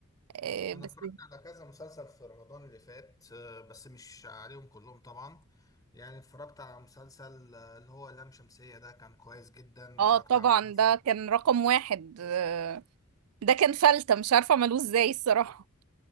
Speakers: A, on the right (about 80°); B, on the left (about 15°).
A: آه،
B: انا
A: بس
B: اتفرجت على كذا مسلسل في رمضان اللي فات آه، بس مش عليهم كلهم طبعا يعني اتفرجت على مسلسل آه، اللي هو لام شمسية ده كان كويس جدا اتفرجت
A: اه طبعا
B: على مسلسل
A: ده كان رقم واحد آه، ده كان فلتة مش عارفة عملوه ازاي الصراحة